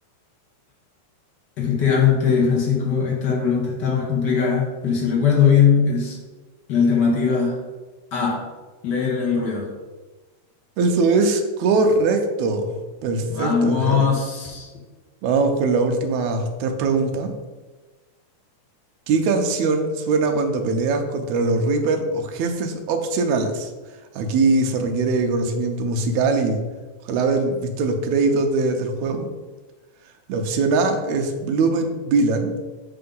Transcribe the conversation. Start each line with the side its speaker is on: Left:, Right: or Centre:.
Left: Efectivamente, Francisco, esta pregunta está más complicada, pero si recuerdo bien, es la alternativa A, leer en el ruido.
Right: Eso es correcto. Perfecto,
Left: Vamos.
Right: Benjamín. Vamos con las últimas tres preguntas. ¿Qué canción suena cuando peleas contra los Reaper o jefes opcionales? Aquí se requiere conocimiento musical y ojalá haber visto los créditos de- del juego. La opción A es Bloomin' Villain.